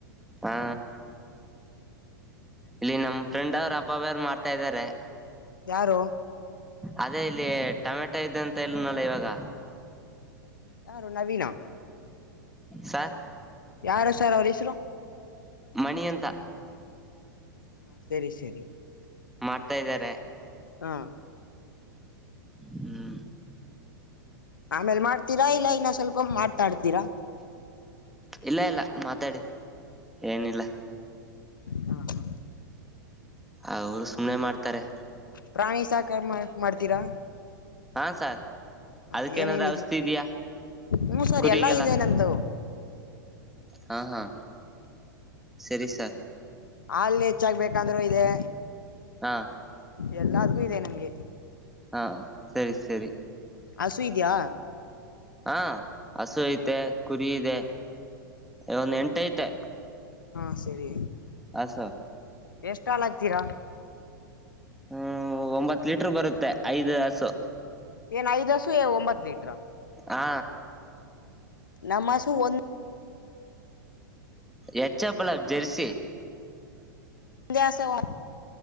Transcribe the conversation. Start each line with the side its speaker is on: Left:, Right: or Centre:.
Centre: ಹಾ ಇಲ್ಲಿ ನಮ್ ಫ್ರೆಂಡ್ ಅವ್ರು ಅಪ್ಪಬ್ಯ್ರು ಮಾಡ್ತಾ ಇದ್ದಾರೆ
Left: ಯಾರು
Centre: ಅದೇ ಇಲ್ಲಿ ಟೊಮೆಟೊ ಇದೆ ಅಂತ ಎಲ್ಲ ನಲ್ಲ ಇವಾಗ
Left: ಯಾರು ನವೀನಾ
Centre: ಸಾರ್
Left: ಯಾರು ಸಾರ್ ಅವರ ಹೆಸರ
Centre: ಮಣಿ ಅಂತ
Left: ಹಾ ಸರಿ ಸರಿ
Centre: ಮಾಡ್ತಾ ಇದ್ದಾರೆ
Left: ಹಾ
Centre: ಹೂ
Left: ಆಮೇಲ್ ಮಾಡ್ತೀರಾ ಇಲ್ಲ ಇನ್ನ ಸ್ವಲ್ಪ ಮಾಡ್ತಾಡ್ತೀರಾ
Centre: ಇಲ್ಲ ಇಲ್ಲ ಮಾತಾಡಿ ಏನಿಲ್ಲ
Left: ಹಾ ಹಾ
Centre: ಅವರು ಸುಮ್ಮನೆ ಮಾಡ್ತಾರೆ
Left: ಪ್ರಾಣಿ ಸಾಕ ಮಾಡ್ತೀರಾ
Centre: ಹಾ ಸಾರ್
Left: ಹ
Centre: ಅದಕ್ಕೇನಾದ್ರ
Left: ಏನೇನಿದೆ
Centre: ಔಷಧಿ ಇದೆಯಾ
Left: ಹೂ ಸರ್
Centre: ಕುರಿಗೆಲ್ಲ
Left: ಎಲ್ಲಾ ಇದೆ ನಮ್ದ
Centre: ಹಾ ಹಾ ಸರಿ ಸರ್
Left: ಹಲ್ ಹೆಚ್ಚಾಗಬೇಕಂದ್ರರು ಇದೆ
Centre: ಹಾ
Left: ಎಲ್ಲಾದ್ಗೂ ಇದೆ ನಮ್ಗೆ
Centre: ಹ ಸರಿ ಸರಿ
Left: ಹಸು ಇದೀಯ
Centre: ಹಾ ಹಸು ಐತೆ ಕುರಿ ಇದೆ ಒಂದ ಎಂಟು ಐತೆ
Left: ಹೂ ಸರಿ
Centre: ಆಸ
Left: ಎಷ್ಟ ಹಲ್ಹಾಕ್ತೀರ
Centre: ಹೂ ಒಂಬತ್ತು ಲೀಟರ್ ಬರುತ್ತೆ ಐದುಹಸು
Left: ಏನ್ ಐದಸು ಒಂಬತ್ ಲೀಟ್ರ
Centre: ಹಾ
Left: ನಮಸ್ ಒಂದು
Centre: ಎಚ್ಚ ಪಲ ಜೆರ್ಸಿ
Left: ಂದ ಸ ವ